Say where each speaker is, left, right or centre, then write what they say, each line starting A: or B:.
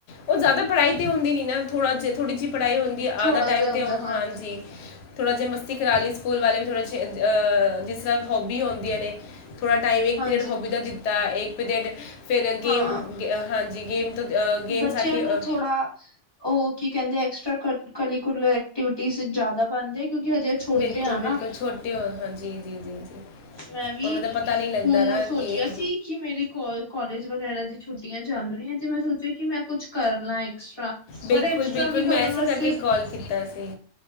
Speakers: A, on the left (about 80°); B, on the left (about 25°).
A: ਉਹ ਜ਼ਿਆਦਾ ਪੜ੍ਹਾਈ ਤੇ ਹੁੰਦੀ ਨੀ ਨਾ ਥੋੜਾ ਜਿਹਾ ਥੋੜ੍ਹੀ ਜਿਹੀ ਪੜ੍ਹਾਈ ਹੁੰਦੀ ਵੀ
B: ਥੋੜਾ
A: ਆਦਾ ਟਾਈਮ
B: ਜਿਹਾ ਹੁੰਦਾ
A: 'ਤੇ
B: ਹਾਂ
A: ਹਾਂਜੀ। ਥੋ੍ਹਾ ਜਿਹਾ ਮਸਤੀ ਕਰਾ ਲਈ ਸਕੂਲ ਵਾਲੇ ਵੀ ਥੋੜ੍ਹਾ ਜਹੇ ਜਿਸ ਤਰ੍ਹਾਂ ਹੌਬੀ ਆਹੁੰਦੀਆਂ ਨੇ ਥੋੜ੍ਹਾ ਟਾਈਮ ਇੱਕ
B: ਹਾਂਜੀ
A: ਪੀਰੀਅਡ ਹੋਬੀ ਦਾ ਦਿੱਤਾ ਇੱਕ ਪੀਰੀਅਡ ਫਿਰ ਗੇਮ
B: ਹਾਂ
A: ਹਾਂਜੀ ਗੇਮ ਤੋਂ ਗੇਮ
B: ਬੱਚਿਆਂ
A: ਸਾਡੀ
B: ਨੂੰ
A: ਅਹ,
B: ਥੋੜ੍ਹਾ ਉਹ ਕੀ ਕਹਿੰਦੇ ਐਕਸਟਰਾ ਕਰੀਕੂਲਰ ਐਕਟੀਵਿਟੀਜ਼ ਜ਼ਿਆਦਾ ਬਣਦੇ ਆ ਕਿਉਂਕਿ ਹਜੇ ਛੋਟੇ
A: ਬਿਲਕੁਲ
B: ਆ ਨਾ
A: ਬਿਲਕੁਲ ਛੋਟੇ ਹੋ ਹਾਂ ਜੀ ਜੀ ਜੀ ਜੀ।
B: ਮੈਂ ਵੀ
A: ਉਹਨਾਂ ਦਾ ਪਤਾ ਨਹੀਂ ਲੱਗਦਾ
B: ਹੁਣ
A: ਨਾ
B: ਸੋਚਿਆ
A: ਕਿ
B: ਸੀ ਕਿ ਮੇਰੇ ਕੋਲ ਕਾਲਜ ਵਗੈਰਾ ਦੀ ਛੁੱਟੀਆਂ ਚੱਲ ਰਹੀ ਤੇ ਮੈਂ ਸੋਚਿਆ ਕਿ ਮੈਂ ਕੁਛ ਕਰ ਲਾਂ ਐਕਸਟਰਾ। ਪਰ
A: ਬਿਲਕੁਲ
B: ਐਕਸਟਰਾ
A: ਬਿਲਕੁਲ
B: ਵੀ ਕਰਨ
A: ਮੈਂ ਇਸੇ
B: ਵਾਸਤੇ
A: ਕਰਕੇ ਕਾਲ ਕੀਤਾ ਸੀ